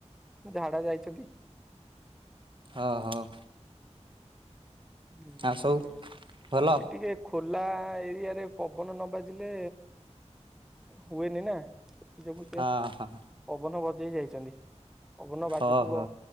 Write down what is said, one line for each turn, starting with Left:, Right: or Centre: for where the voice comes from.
Centre: ଝାଡା ଯାଇଛନ୍ତି।
Right: ଓହୋ।
Centre: ହୁଁ
Right: ଆଉ ସବୁ
Centre: ସିଏ
Right: ଭଲ
Centre: ସେ ଟିକେ ଖୋଲା ଏରିଆରେ ପବନ ନ ବାଜିଲେ ହୁଏନି ନା। ସେ ଯୋଗୁଁ ସେ
Right: ହଁ ହଁ
Centre: ପବନ ବଜେଇ ଯାଇଛନ୍ତି ପବନ ବାଜୁଥିବ
Right: ଓହୋ